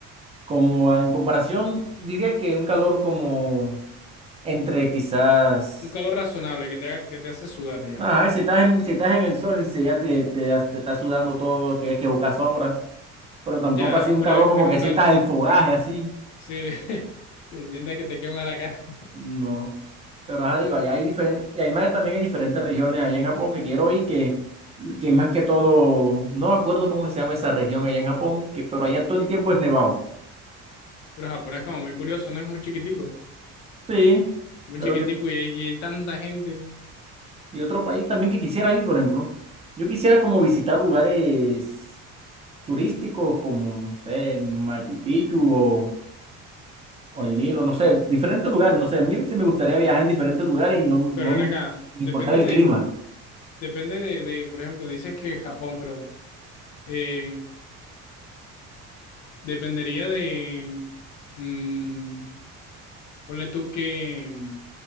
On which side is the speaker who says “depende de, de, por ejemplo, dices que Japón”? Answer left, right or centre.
Left